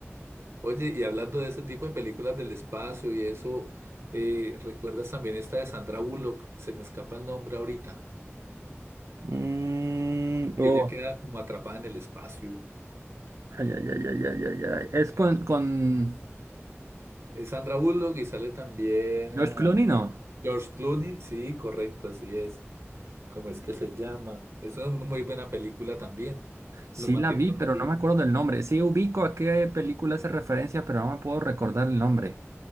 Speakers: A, on the right (about 65°); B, on the right (about 80°).
A: Oye, y hablando de ese tipo de películas del espacio y eso, eh, ¿recuerdas también esta de Sandra Bullock? Se me escapa el nombre ahorita,
B: Mm, oh,
A: que Mm. ella queda como atrapada en el espacio.
B: Ay, ay, ay, ay, ay, ay, ay. Es con, con
A: Es Sandra Bullock y sale también
B: George
A: ah,
B: Clooney, ¿no?
A: George Clooney, sí, correcto, así es. ¿Cómo es que se llama? Es una muy buena película también.
B: Sí
A: Lo mantiene
B: la vi,
A: uno
B: pero
A: ahí.
B: no me acuerdo del nombre. Sí ubico a qué película hace referencia, pero no me puedo recordar el nombre.